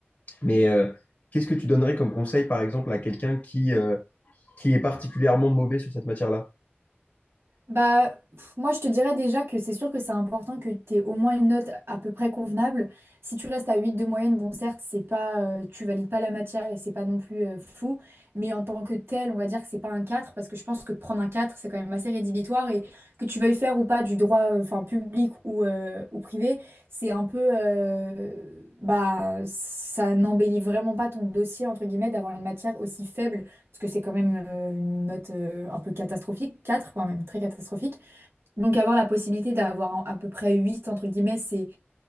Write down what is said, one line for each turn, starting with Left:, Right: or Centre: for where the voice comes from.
Left: Mais euh, qu'est-ce que tu donnerais comme conseil, par exemple, à quelqu'un qui, euh, qui est particulièrement mauvais sur cette matière-là?
Right: Bah, pff, moi, je te dirais déjà que c'est sûr que c'est important que tu aies au moins une note à peu près convenable. Si tu restes à 8 de moyenne, bon, certes, c'est pas, euh, tu valides pas la matière et c'est pas non plus euh, fou, mais en tant que tel, on va dire que c'est pas un 4 parce que je pense que prendre un 4 c'est quand même assez rédhibitoire et que tu veuilles faire ou pas du droit, euh, enfin, public ou, euh, ou privé, c'est un peu, euh, bah, ça n'embellit vraiment pas ton dossier, entre guillemets, d'avoir une matière aussi faible parce que c'est quand même euh, une note euh, un peu catastrophique, 4 voire même très catastrophique. Donc avoir la possibilité d'avoir à peu près 8 entre guillemets, c'est